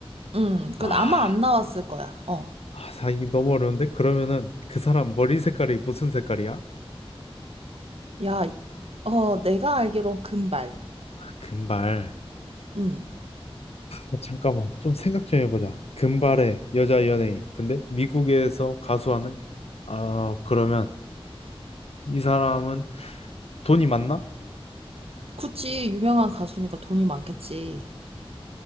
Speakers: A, on the right (about 70°); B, on the left (about 80°).
A: 음, 그건
B: 아,
A: 아마 안 나왔을 거야. 어.
B: 아, 사- 이게 너무 어려운데? 그러면은 그 사람 머리 색깔이 무슨 색깔이야?
A: 야, 어, 내가 알기론 금발.
B: 금발.
A: 음.
B: 아, 잠깐만, 좀 생각 좀 해보자. 금발의 여자 연예인. 근데 미국에서 가수하는? 아, 그러면 이 사람은 돈이 많나?
A: 구찌 유명한 가수니까 돈이 많겠지.